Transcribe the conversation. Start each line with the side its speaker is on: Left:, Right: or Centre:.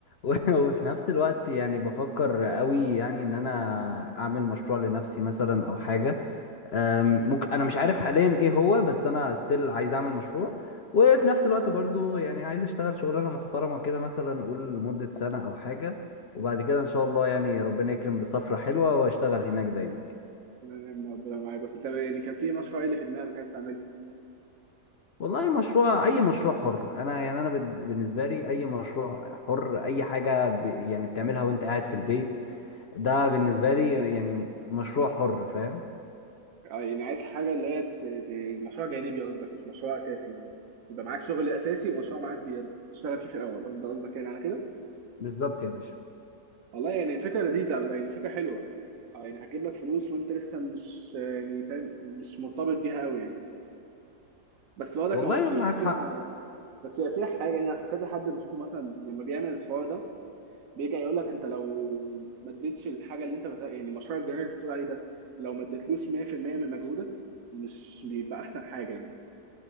Left: <laughs> و- وفي نفس الوقت يعني بفكر قوي يعني ان انا اعمل مشروع لنفسي مثلا او حاجة أم، ممكن انا مش عارف حاليا ايه هو بس انا ستيل عايز اعمل مشروع وفي نفس الوقت برضو يعني عايز اشتغل شغلانة محترمة كده مثلا اقول لمدة سنة او حاجة وبعد كده ان شاء الله يعني ربنا يكرم بسفرة حلوة واشتغل هناك دايما
Right: يعني ربنا معاك بس انت يعني كان في مشروع ايه اللي في دماغك عايز تعمله
Left: والله مشروع اي مشروع حر انا يعني انا بد- بالنسبه لي اي مشروع حر اي حاجه ب... يعني بتعملها وانت قاعد في البيت ده بالنسبه لي يعني مشروع حر فاهم
Right: آه، يعني عايز حاجه اللي هي ت- ت- مشروع جانبي قصدك مش مشروع اساسي يعني يبقى معاك شغل اساسي ومشروع معاك بي- بتشتغل فيه في الاول قصدك قصدك يعني على كده
Left: بالظبط يا باشا
Right: والله يعني فكرة لذيذة يعني فكرة حلوة اه يعني هتجيب لك فلوس وانت لسه مش آه، يعني فاهم مش مرتبط بيها قوي يعني بس برضك
Left: والله
Right: هو في
Left: معاك
Right: فيها
Left: حق
Right: بس هي فيها حاجة يعني عشان كذا حد بشوفه مثلا لما بيعمل الحوار ده بيرجع يقول لك انت لو ما اديتش الحاجة اللي انت بت... يعني مشروع الجنيه اللي انت بتقول عليه ده لو ما اديتلوش 100% من مجهودك مش بيبقى احسن حاجة يعني